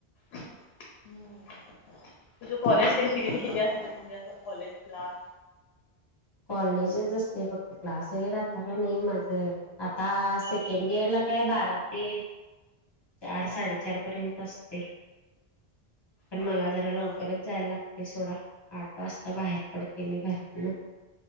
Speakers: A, on the left; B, on the left.
A: हम्म तुझ कॉलेज तेन कितीते किती असते म्हणजे अस कॉलेज क्लास
B: कॉलेजच असते फक्त क्लास वगैरे आता काय नाही माझं आता सेकंड इयर ला काय बारा ते चार साडेचार पर्यंत असते पण
A: होय.
B: मला जरा लवकरच
A: हा
B: जायाला लागत ते सोडा आठ वाजता बाहेर पडते मी घरातन